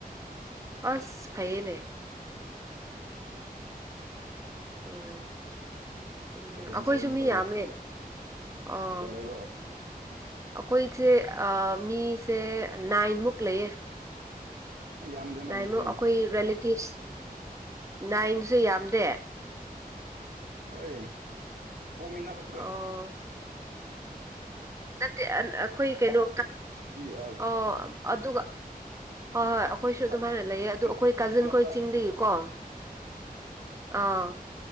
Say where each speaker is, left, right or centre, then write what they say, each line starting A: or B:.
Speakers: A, on the right; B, on the right.
A: ꯑꯁ ꯐꯌꯦꯅꯦ
B: <inaudible>
A: ꯎꯝ ꯎꯝ
B: ꯁꯦꯀꯦꯟ
A: ꯑꯩꯈꯣꯏꯁꯨ
B: ꯁꯦꯝꯗ
A: ꯃꯤ
B: ꯇꯧꯔꯤ
A: ꯌꯥꯝꯃꯦ
B: ꯎꯝ
A: ꯑꯣ꯫
B: ꯀꯌꯥ ꯂꯩꯕ꯭ꯔꯣ
A: ꯑꯩꯈꯣꯏꯁꯦ ꯃꯤꯁꯦ ꯅꯥꯏꯟꯃꯨꯛ ꯂꯩꯌꯦ꯫
B: ꯑꯩ ꯌꯥꯝꯗꯦꯅ
A: ꯅꯥꯏꯃꯨ
B: ꯑꯗꯨꯗꯤ
A: ꯑꯩꯈꯣꯏ ꯔꯤꯂꯦꯇꯤꯞꯁ ꯅꯥꯏꯟꯁꯨ ꯌꯥꯝꯗꯦ꯫
B: ꯍꯣꯏ ꯕꯧꯃꯅꯥꯐ꯫
A: ꯑꯣ ꯅꯠꯇꯦ ꯑꯩꯈꯣꯏ ꯀꯩꯅꯣ
B: <unintelligible>
A: ꯑꯣ ꯑꯗꯨꯒ ꯍꯣꯏ ꯍꯣꯏ ꯑꯩꯈꯣꯏꯁꯨ
B: ꯄꯨꯂꯞ
A: ꯑꯗꯨꯝ ꯍꯥꯟꯅ ꯂꯩꯌꯦ
B: ꯄꯨꯂꯞ
A: ꯑꯗꯨ ꯑꯩꯈꯣꯏ ꯀꯥꯖꯤꯟ
B: ꯄꯨꯂꯞꯇ
A: ꯈꯣꯏ ꯆꯤꯡꯗꯒꯤꯀꯣ꯫ ꯑꯥ꯫